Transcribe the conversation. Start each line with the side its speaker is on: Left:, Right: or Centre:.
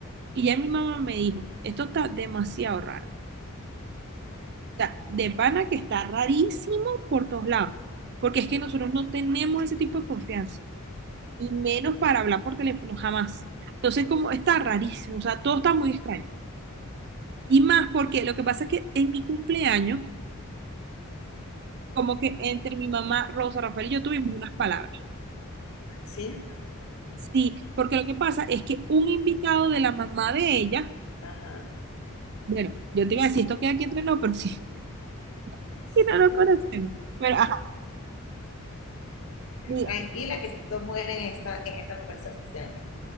Right: Y ya mi mamá me dijo, esto está demasiado raro. O sea, de pana que está rarísimo por todos lados. Porque es que nosotros no tenemos ese tipo de confianza. Y menos para hablar por teléfono, jamás. Entonces, como está rarísimo. O sea, todo está muy extraño. Y más porque lo que pasa es que en mi cumpleaños, como que entre mi mamá, Rosa, Rafael y yo tuvimos unas palabras.
Left: sí,
Right: Sí, porque lo que pasa es que un invitado de la mamá de ella,
Left: ajá,
Right: bueno, yo te iba a decir, esto queda aquí entre nosotros, pero sí, <laughs>
Left: sí,
Right: y no lo
Left: claro.
Right: conocemos. Pero, ajá, mira,
Left: Tranquila que esto muere en esta, en esta conversación.